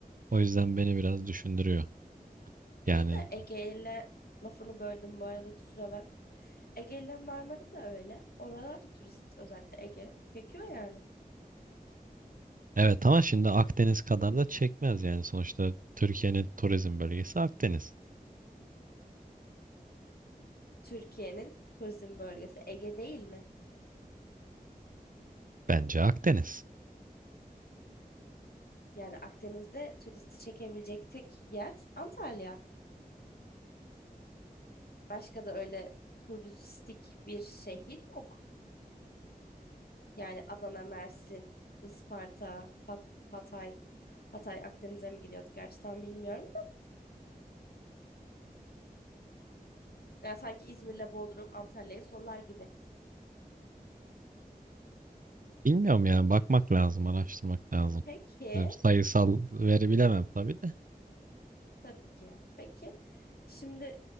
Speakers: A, on the right; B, on the left.
A: O yüzden beni biraz düşündürüyor. Yani
B: İyi de Ege ile lafını böldüm bu arada kusura bakma. Ege ile Marmara da öyle. Oralar da turist özellikle Ege çekiyor yani.
A: Evet ama şimdi Akdeniz kadar da çekmez yani sonuçta Türkiye'nin turizm bölgesi Akdeniz.
B: Türkiye'nin turizm bölgesi Ege değil mi?
A: Bence Akdeniz.
B: Yani Akdeniz'de turisti çekebilecek tek yer Antalya. Başka da öyle turistik bir şehir yok. Yani Adana, Mersin, Isparta, Hat Hatay. Hatay Akdeniz'e mi giriyordu gerçi tam bilmiyorum da. Yani sanki İzmir'le Bodrum Antalya'yı sollar gibi.
A: Bilmiyorum yani bakmak lazım, araştırmak lazım.
B: Peki,
A: Size bir Sayısal veri bilemem tabii de.
B: tabii ki ya. Peki, şimdi